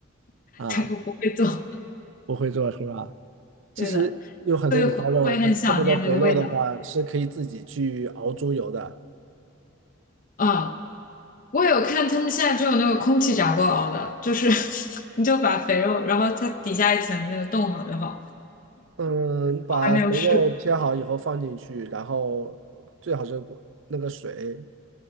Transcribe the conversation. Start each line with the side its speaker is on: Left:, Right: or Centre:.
Left: <laughs>
Right: 啊，
Left: 对，我不会做，
Right: 我会做是吧？
Left: 对的，
Right: 其实有很多五花肉，
Left: 所以会会很想念那个味道。
Right: 它特别多肥肉的话是可以自己去熬猪油的。
Left: 啊，我有看他们现在就有那个空气炸锅熬的，就是 <laughs> 你就把肥肉，然后它底下一层那个冻好就好。
Right: 嗯，把肥肉切好以后放进去，
Left: 我还没有试
Right: 然后最好是过那个水